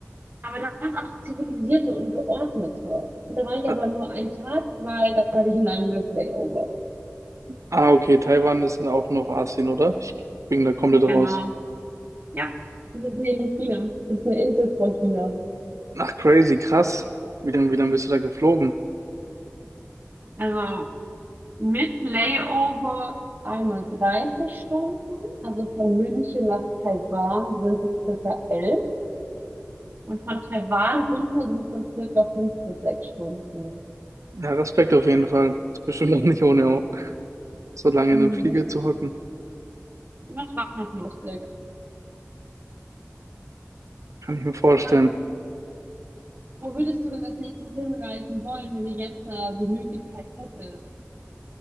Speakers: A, on the right (about 35°); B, on the right (about 80°).
A: Aber da war es auch zivilisierter und geordneter. Und da war ich
B: Ah,
A: aber nur einen Tag, weil da hatte ich ein langes Layover.
B: ah, okay, Taiwan ist dann auch noch Asien, oder? Ich bin da komplett raus.
A: Genau. Ja. Das ist neben China. Das ist eine Insel vor China.
B: Ach, crazy, krass. Wie lange, wie lange bist du da geflogen?
A: Also Mit Layover einmal 30 Stunden, also von München nach Taiwan sind es circa 11, und von Taiwan runter sind es dann circa 5 bis 6 Stunden.
B: Ja, Respekt auf jeden Fall. Ist bestimmt auch nicht ohne, so lange
A: Mhm.
B: in einem Flieger zu hocken.
A: Das war noch lustig.
B: Kann ich mir vorstellen.
A: Ähm, wo würdest du denn als nächstes hinreisen wollen, wenn du jetzt äh, die Möglichkeit hättest?